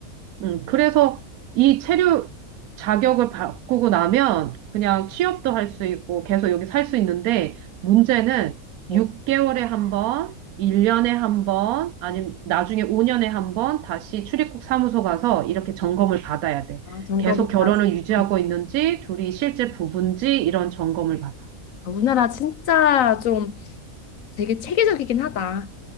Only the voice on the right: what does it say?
음, 그래서 이 체류 자격을 바꾸고 나면 그냥 취업도 할 수 있고 계속 여기 살 수 있는데 문제는
6개월에 한 번, 1년에 한 번, 아니면 나중에 5년에 한 번 다시 출입국 사무소 가서 이렇게 점검을 받아야 돼.
계속 결혼을 유지하고
있는지, 둘이 실제 부부인지 이런 점검을 받아.